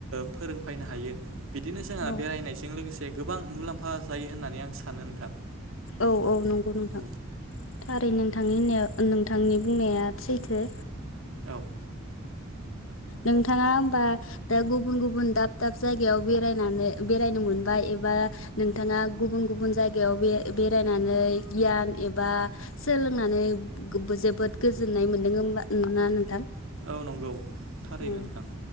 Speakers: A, on the right; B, on the left.
A: फोरोंफैनो हायो। बिदिनो जोंहा
B: औ
A: बेरायनायजों लोगोसे गोबां मुलाम्फा जायो होननानै आं सानो नोंथां।
B: औ औ नंगौ नोंथां
A: औ
B: थारै नों थांनि होननाय नोंथांनि बुंनाया सैथो।
A: औ
B: नोंथाङा होमबा दा गुबुन गुबुन दाब दाब जायगायाव बेरायनानै बेरायनो मोनबाय एबा नोंथाङा गुबुन गुबुन जायगायाव बे बेरायनानै गियान एबा सोलोंनानै जोबोद गोजोननाय मोनदों ना नोंथां?
A: औ नंगौ। थारैनो
B: औ
A: नोंथां